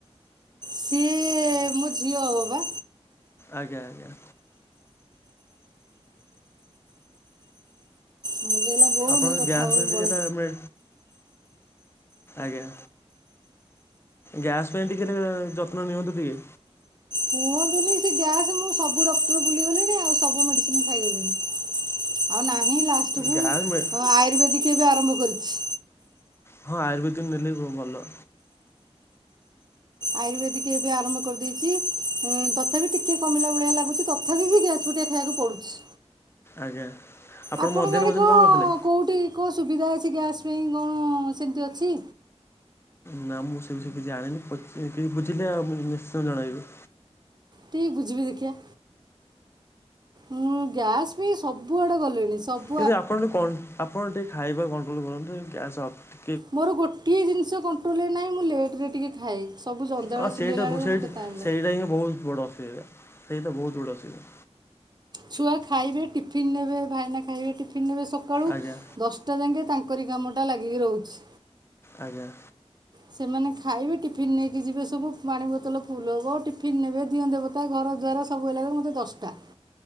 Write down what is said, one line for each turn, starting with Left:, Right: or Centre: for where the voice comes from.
Right: ସିଏ ମୋ ଝିଅ ହବ ପା।
Left: ଆଜ୍ଞା ଆଜ୍ଞା।
Right: ମୁଁ କହିଲା ବୋଉ
Left: ଆପଣଙ୍କ
Right: ନେ କଥା
Left: ଗ୍ୟାସ୍
Right: ହେବ
Left: ପାଇଁ ଟିକେ
Right: ବଳେ
Left: ନା ଆମେ ଆଜ୍ଞା। ଗ୍ୟାସ୍ ପାଇଁ ଟିକେ ଯତ୍ନ ନିଅନ୍ତୁ ଟିକେ।
Right: କୁହନ୍ତୁନି ସେ ଗ୍ୟାସ୍ ମୁଁ ସବୁ ଡକ୍ଟର ବୁଲିଗଲିଣି ଆଉ ସବୁ ମେଡ଼ିସିନ ଖାଇଗଲିଣି। ଆଉ ନାହିଁ ଲାଷ୍ଟକୁୁ
Left: ଗ୍ୟାସ୍ ମେ
Right: ଆୟୁର୍ବେଦିକ ଏବେ ଆରମ୍ଭ କରିଛି।
Left: ହଁ ଆୟୁର୍ବେଦିକ ନେଲେ ବି ଭଲ।
Right: ଆୟୁର୍ବେଦିକ ଏବେ ଆରମ୍ଭ କରିଦେଇଚି ଉଁ ତଥାପି ଟିକେ କମିଲା ଭଳିଆ ଲାଗୁଚି। ତତ୍ ତଥାପି ବି ଗ୍ୟାସ ବଟିକା ଖାଇବାକୁ ପଡୁଛି।
Left: ଆଜ୍ଞା। ଆପଣ
Right: ଆପଣଙ୍କ
Left: ମଧ୍ୟାହ୍ନ
Right: ଆଡ଼େ
Left: ଭୋଜନ
Right: କଣ
Left: କରିଥିଲେ
Right: କୋଉଠି କୋଉ ସୁବିଧା ଅଛି ଗ୍ୟାସ୍ ପାଇଁ କଣ ସେମିତି ଅଛି?
Left: ନା ମୁଁ ସେ ବିଷୟ କିଛି ଜାଣିନି। ପଚ କେହି ବୁଝିଲେ ଆଉ ଆପ ନିଶ୍ଚିନ୍ତ ଜଣେଇବି।
Right: ଟି ବୁଝିବେ ଦେଖିବା। ମୁଁ ଗ୍ୟାସ୍ ପାଇଁ ସବୁଆଡ଼େ ଗଲିଣି। ସବ
Left: କିନ୍ତୁ ଆପଣ କନ୍ ଆପଣ ଟିକେ ଖାଇବା କଣ୍ଟ୍ରୋଲ୍ କରନ୍ତୁ। ଗ୍ୟାସ୍ ଅ
Right: ମୋର ଗୋଟିଏ ଜିନିଷ କଣ୍ଟ୍ରୋଲରେ ନାହିଁ ମୁଁ ଲେଟରେ ଟିକେ ଖାଏ। ସବୁ ଜଞ୍ଜାଳ
Left: ହଁ ସେଇଟା
Right: ଛିଣ୍ଡେଇଲା
Left: ବୁ
Right: ବେଳକୁ
Left: ସେଇଠି
Right: ମୋତେ ଟାଇମ୍ ଲାଗେ
Left: ସେଇଟା ହିଁ ବହୁତ ବଡ ଅସୁବିଧା, ସେଇଟା ବହୁତ ବଡ଼ ଅସୁବିଧା।
Right: ଛୁଆ ଖାଇବେ ଟିଫିନ୍ ନେବେ ଭାଇନା ଖାଇବେ ଟିଫିନ୍ ନେବେ। ସକାଳୁ
Left: ଆଜ୍ଞା।
Right: ଦଶ ଟା ଯାଙ୍କେ ତାଙ୍କରି କାମଟା ଲାଗିକି ରହୁଛି।
Left: ଆଜ୍ଞା।
Right: ସେମାନେ ଖାଇବେ ଟିଫିିନ ନେଇକି ଯିବେ ସବୁ। ପାଣି ବୋତଲ ଫୁଲ ହବ ଟିଫିିନ ନେବେ ଦିଅଁ ଦେବ ତା, ଘର ଦ୍ୱାର ସବୁ ହେଲା କେ ମୋତେ ଦଶଟା।